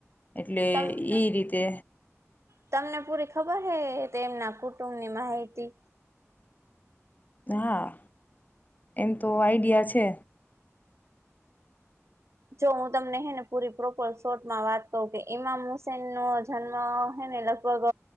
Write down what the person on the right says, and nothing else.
તમ
તમને પૂરી ખબર હૈ તેમના કુટુંબની માહિતી
જો હું તમને હેને પૂરી પ્રોપર શોટમાં વાત કઉ કે ઈમામ હુસેન નો જન્મ હેને લગભગ